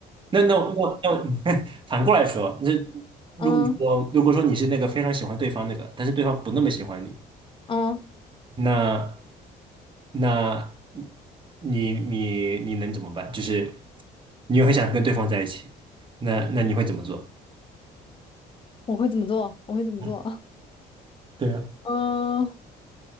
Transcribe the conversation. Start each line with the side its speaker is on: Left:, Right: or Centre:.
Right: 那那我那我 <laughs> 反过来说，那如果说如果说你是那个非常喜欢对方那个，
Left: 嗯
Right: 但是对方不那么喜欢你，
Left: 嗯，
Right: 那那你你你能怎么办？就是你又很想跟对方在一起，那那你会怎么做？
Left: 我会怎么做？我会怎么做？
Right: 嗯，<laughs> 对啊，
Left: <laughs> 嗯，